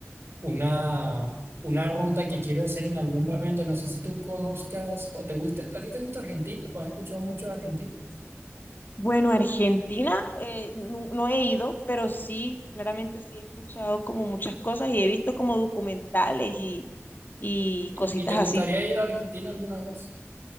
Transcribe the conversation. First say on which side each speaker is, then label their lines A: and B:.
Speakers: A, on the right (about 50°); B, on the left (about 40°).
A: una, una ruta que quiero hacer en algún momento. No sé si tú conozcas o te gusta, ¿a ti te gusta Argentina o has escuchado mucho de Argentina?
B: Bueno, Argentina eh, nu- no, he ido, pero sí, claramente sí he escuchado como muchas cosas y he visto como documentales y, y cositas
A: ¿Y te gustaría
B: así.
A: ir a Argentina alguna vez?